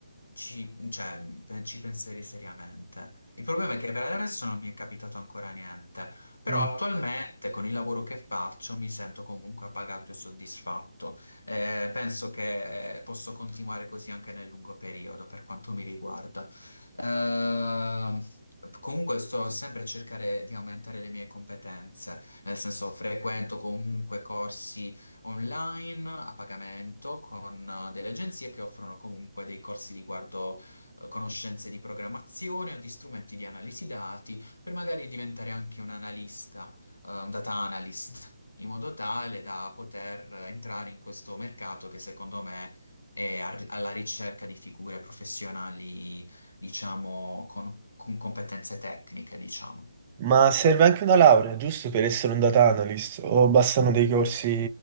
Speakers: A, on the left (about 90°); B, on the right (about 25°).
A: ci, cioè, pe- ci penserei seriamente. Il problema è che per adesso non mi è capitato ancora niente,
B: <laughs>
A: però
B: Mm.
A: attualmente con il lavoro che faccio mi sento comunque appagato e soddisfatto. Eh, penso che eh, posso continuare così anche nel lungo periodo, per quanto mi riguarda. Ehm, comunque sto sempre a cercare di aumentare le mie competenze, nel senso frequento comunque corsi online a pagamento con eh, delle agenzie che offrono comunque dei corsi riguardo eh, conoscenze di programmazione o di strumenti di analisi dati per magari diventare anche un analista, eh, un data analyst, in modo tale da poter entrare in questo mercato che secondo me è a- alla ricerca di figure professionali, diciamo, con, con competenze tecniche, diciamo.
B: Ma serve anche una laurea, giusto, per essere un data analyst? O bastano dei corsi